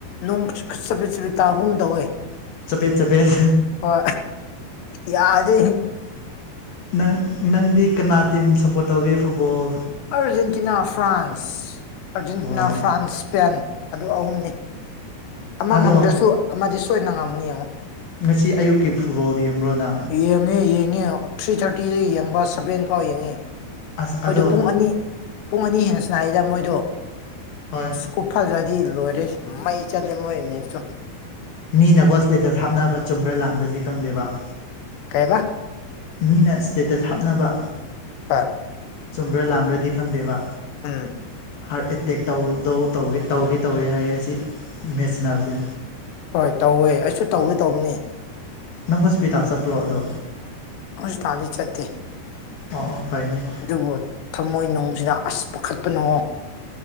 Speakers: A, on the left; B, on the left.
A: ꯅꯨꯡ ꯈꯨꯠꯆꯕꯤꯠ ꯆꯕꯤꯠ ꯇꯥꯕꯨꯝ ꯇꯧꯋꯦ
B: ꯆꯄꯦꯠ ꯆꯄꯦꯠ
A: ꯍ ꯌꯥꯗ
B: ꯅꯪ ꯅꯪꯗꯤ ꯀꯅꯥ ꯇꯤꯝ ꯁꯞꯄꯣꯔꯠ ꯇꯧꯒꯦ ꯐꯨꯠꯕꯣꯜ
A: ꯑꯥꯔꯖꯦꯟꯇꯤꯅꯥ ꯐ꯭ꯔꯥꯟꯁ ꯑꯥꯔꯖꯦꯟꯇꯤꯅꯥ
B: ꯑꯣ
A: ꯐ꯭ꯔꯥꯟꯁ ꯏꯁꯄꯦꯟ ꯑꯗꯨ ꯑꯍꯨꯝꯅꯤ ꯑꯃ
B: ꯑꯗꯣ
A: ꯉꯝꯗ꯭ꯔꯁꯨ ꯑꯃꯗꯤ ꯁꯣꯏꯅ ꯉꯝꯃꯅꯤ ꯌꯦꯡꯉꯨ
B: ꯉꯁꯤ ꯑꯌꯨꯛꯀꯤ ꯐꯨꯠꯕꯣꯜ ꯌꯦꯡꯕ꯭ꯔꯣꯅ
A: ꯌꯦꯡꯉꯦ ꯌꯦꯡꯉꯤ ꯊ꯭ꯔꯤ ꯊꯥꯔꯇꯤꯗ ꯌꯦꯡꯕ ꯁꯚꯦꯟ ꯐꯥꯎ ꯌꯦꯡꯉꯤ
B: ꯑꯁ ꯑꯗꯣ
A: ꯄꯨꯡ ꯑꯅꯤ ꯄꯨꯡ ꯑꯅꯤ ꯍꯦꯟꯅ ꯁꯅꯥꯔꯤꯗ ꯃꯣꯏꯗꯣ
B: ꯍꯣꯏ
A: ꯀꯨꯞꯐꯖꯗꯤ ꯂꯣꯏꯔꯦ ꯃꯩ ꯆꯠꯂꯦ ꯃꯣꯏ ꯃꯁꯨ
B: ꯃꯤꯅꯀꯣ ꯁ꯭ꯇꯦꯇꯁ ꯍꯥꯞꯅꯕ ꯆꯨꯝꯕ꯭ꯔꯥ ꯂꯥꯥꯟꯕ꯭ꯔꯗꯤ ꯈꯪꯗꯦꯕ
A: ꯀꯩꯥꯏꯕ
B: ꯃꯤꯅ ꯏꯁ꯭ꯇꯦꯇꯁ ꯍꯥꯞꯅꯕ
A: ꯑ
B: ꯆꯨꯝꯕ꯭ꯔꯥ ꯂꯥꯝꯕ꯭ꯔꯗꯤ ꯈꯪꯗꯦꯕ
A: ꯎꯝ
B: ꯍꯥꯔꯠ ꯑꯦꯇꯦꯛ ꯇꯧꯗꯧ ꯇꯧꯒꯦ ꯇꯧꯏ ꯍꯥꯏꯒꯦ ꯑꯁꯤ ꯃꯦꯠꯁꯟꯅꯕꯁꯦ
A: ꯍꯣꯏ ꯇꯧꯋꯦ ꯑꯩꯁꯨ ꯇꯧꯋꯦ ꯇꯧꯕꯅꯤ
B: ꯅꯪ ꯍꯣꯁꯄꯤꯇꯥꯜ ꯆꯠꯄ꯭ꯔꯣ ꯑꯗꯣ
A: ꯍꯁ ꯂꯤ ꯆꯠꯇꯦ
B: ꯑꯣ ꯑꯣ ꯀꯥꯏꯅꯦ
A: ꯑꯗꯨꯕꯨ ꯊꯃꯣꯏ ꯅꯨꯡꯁꯤꯗ ꯑꯁ ꯄꯥꯈꯠꯄ ꯅꯨꯡꯑꯣꯣ